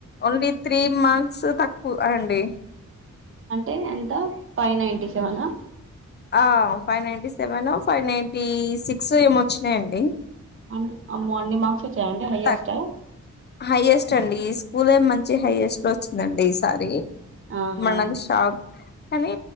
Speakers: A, on the left; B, on the right.
A: ఓన్లీ త్రీ మార్క్స్ తక్కువ అండి
B: అంటే ఎంత ఫైవ్ నైన్టీ సెవెనా
A: ఆ five ninety seven five ninety six ఏమో వచ్చినాయండి
B: అ అమ్మో అన్ని మార్క్స్ వచ్చాయండి హైయెస్ట్
A: తక్ హైయెస్ట్ అండి ఈ స్కూలే మంచి హైయెస్ట్ లో వచ్చిందండి ఈసారి
B: ఆహా
A: మ నాకు షాక్ కానీ